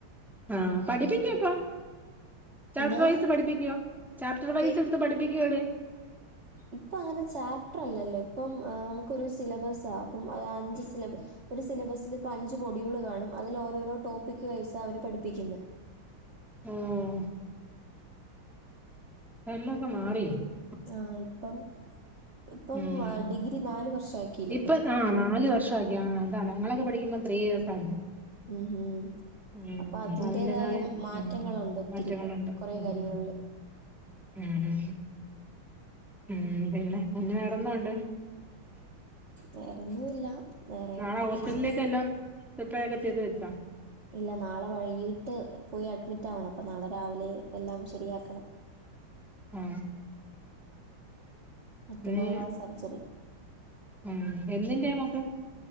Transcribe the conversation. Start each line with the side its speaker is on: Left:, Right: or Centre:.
Centre: ആ പഠിപ്പിക്കുവോ ഇപ്പ ചാപ്റ്റർ
Right: എന്തോ
Centre: വൈസ് പഠിപ്പിക്കോ ചാപ്റ്റർ വൈസ്
Right: കേ
Centre: എടുത്ത് പഠിപ്പിക്കോ ഇവിടെ
Right: ഇപ്പൊ അങ്ങനെ ചാപ്റ്റർ അല്ലല്ലോ ഇപ്പം നമുക്കൊരു സിലബസാ അപ്പ അഞ്ച് സിലബ ഒരു സിലബസിൽ ഇപ്പ അഞ്ച് മോഡ്യൂൾ കാണും അതിൽ ഓരോരോ ടോപ്പിക്ക് വൈസ്‌ അവര് പഠിപ്പിക്കുന്നേ.
Centre: ഉം <unintelligible>
Right: ആ ഇപ്പം. ഇപ്പം
Centre: ഉം
Right: ഡിഗ്രി നാലു വർഷം ആക്കില്ലേ.
Centre: ഇപ്പൊ ആ <unintelligible>
Right: ഉം ഉം
Centre: ഉം
Right: അപ്പൊ അതിന്റെതായ
Centre: അതിന്റേതായ
Right: മാറ്റങ്ങളുണ്ട്
Centre: ഉം
Right: ഒത്തിരി
Centre: മാറ്റങ്ങളുണ്ട്
Right: കുറെ
Centre: ഉം
Right: കാര്യങ്ങളില്.
Centre: ഉം ഉം പിന്നെ പിന്നെ വേറെ എന്താ ഉണ്ട്.
Right: വേറൊന്നുമില്ല. വേറെ
Centre: നാളെ
Right: പ്രത്യേകിച്ച്
Centre: ഹോസ്പിറ്റലിലേക്ക്‌ എല്ലാം. <unintelligible>
Right: ഇല്ല നാളെ വൈകീട്ട് പോയി അഡ്മിറ്റ് ആവണം അപ്പ നാളെ രാവിലെ എല്ലാം ശരിയാക്കണം.
Centre: ആ
Right: മറ്റന്നാളാ
Centre: നീ
Right: സർജറി.
Centre: ഉം എന്തിന്റെയാ മോക്ക്.